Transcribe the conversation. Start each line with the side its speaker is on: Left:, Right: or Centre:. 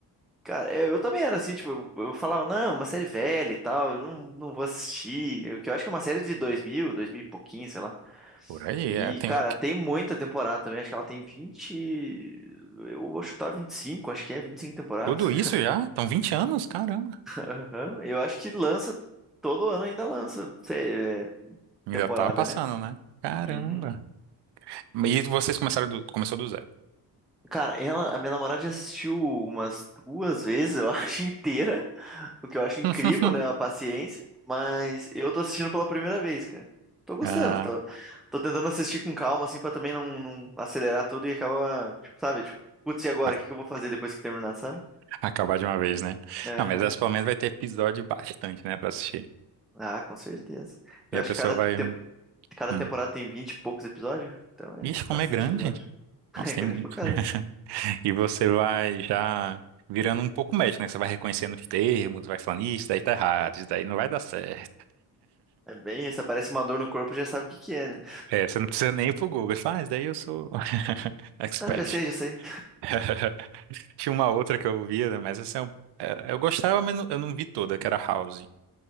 Centre: cara, é, eu também era assim, tipo, eu eu falava, não, é uma série velha e tal, eu não, não vou assistir. Eu, que eu acho que é uma série de dois mil, dois mil e pouquinho, sei lá.
Right: Por aí,
Centre: E,
Right: é. Tem
Centre: cara,
Right: o- que-
Centre: tem muita temporada também. Acho que ela tem 20, Eu vou chutar 25. acho que é 25 temporadas,
Right: tudo
Centre: <laughs> cara.
Right: isso já? Estão 20 anos? Caramba.
Centre: Aham. Eu acho que lança. Todo ano ainda lança, é,
Right: Ainda
Centre: temporada,
Right: tá passando,
Centre: né?
Right: né? Caramba.
Centre: Uhum.
Right: E vocês começaram do, começou do zero.
Centre: Cara, ela, a minha namorada já assistiu umas duas vezes, eu <laughs> acho, inteira, o que eu acho incrível,
Right: <laughs>
Centre: né, a paciência, mas eu tô assistindo pela primeira vez, cara. Tô gostando,
Right: Ah,
Centre: tô, tô tentando assistir com calma, assim, pra também não, não acelerar tudo e acabar, tipo, sabe, tipo, putz, e agora,
Right: a-
Centre: o que que eu vou fazer depois que terminar, sabe?
Right: acabar de uma vez, né?
Centre: Aham.
Right: Não, mas essa pelo menos vai ter episódio bastante, né, pra assistir.
Centre: Ah, com certeza. Eu
Right: E a
Centre: acho
Right: pessoa
Centre: que cada,
Right: vai.
Centre: tem- cada
Right: Hum.
Centre: temporada tem 20 e poucos episódios, então é
Right: Ixi, como
Centre: bastante
Right: é grande.
Centre: episódio. <laughs>
Right: Nossa, tem
Centre: É grande
Right: muito.
Centre: pra caramba.
Right: <laughs> E você vai já virando um pouco médico, né? Você vai reconhecendo os termos, vai falando, isso daí tá errado, isso daí não vai dar certo.
Centre: É bem isso, aparece uma dor no corpo, já sabe o que que é, né?
Right: É, você não precisa nem ir pro Google. Você fala, Ah, isso daí eu sou <laughs> expert.
Centre: Não, já sei, já sei.
Right: <laughs> Tinha uma outra que eu via, né, mas essa é um- é, eu gostava, mas não- eu não vi toda, que era House. Não